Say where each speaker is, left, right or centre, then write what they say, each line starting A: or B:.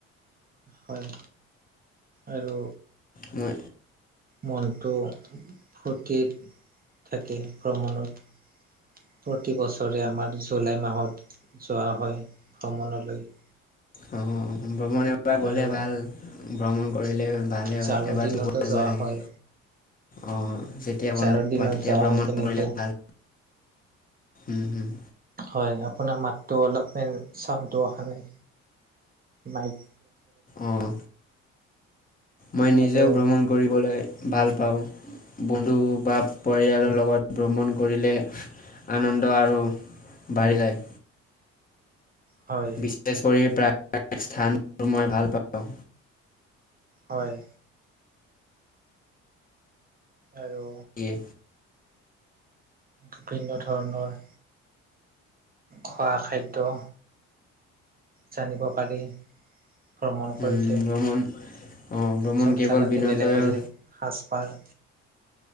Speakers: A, on the right; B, on the left.
A: হয় আৰু
B: মই
A: মনটো ফূৰ্তিত থাকে ভ্ৰমণত প্ৰতিবছৰে আমাৰ জুলাই মাহত যোৱা হয় ভ্ৰমণলৈ
B: অ ভ্ৰমণ এবাৰ গ'লে
A: আৰু
B: ভাল ভ্ৰমণ কৰিলে ভালেই হয়
A: জাৰৰ
B: এবোৰটো
A: দিনতো
B: কৰিব
A: যোৱা
B: লাগে।
A: হয়
B: অঁ যেতিয়া বন্ধ
A: জাৰৰ দিনত
B: হয় তেতিয়া
A: যোৱা
B: ভ্ৰমণ
A: তেনেকে
B: কৰিলে ভাল। হম' হম'
A: হয় আপোনাৰ মাতটো অলপমান চাউণ্ডটো অহা নাই মাইক
B: অঁ মই নিজেও
A: আৰু
B: ভ্ৰমণ কৰিবলৈ ভাল পাওঁ। বন্ধু বা পৰিয়ালৰ- লগত ভ্ৰমণ কৰিলে আনন্দ আৰু বাঢ়ি যায়
A: হয়
B: বিশেষ কৰি প্ৰায় স্থান মই ভাল পাওঁ
A: হয় আৰু
B: দিয়ে
A: বিভিন্ন ধৰণৰ খোৱা খাদ্য জানিব পাৰি ভ্ৰমণ কৰিলে।
B: উম, ভ্ৰমণ অঁ ভ্ৰমণ
A: চব
B: কেৱল
A: জেগাতে
B: বিনন্দৰ
A: বেলেগ বেলেগ সাজ পাৰ।